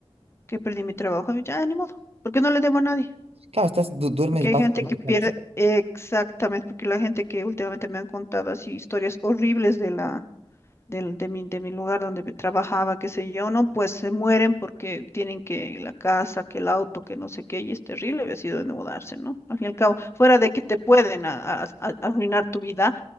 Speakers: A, on the left (about 25°); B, on the right (about 75°).
A: que perdí mi trabajo. Ya, ni modo, porque no le debo a nadie.
B: Claro, estás, du- duermes
A: Porque hay
B: más
A: gente No que te-
B: tranquilo.
A: pierde, exactamente, porque la gente que últimamente me han contado así historias horribles de la, del, de mi, de mi lugar donde me trabajaba, qué sé yo, no, pues se mueren porque tienen que la casa, que el auto, que no sé qué, y es terrible haber sido endeudarse, ¿no? Al fin y al cabo, fuera de que te pueden a- a- a- arruinar tu vida,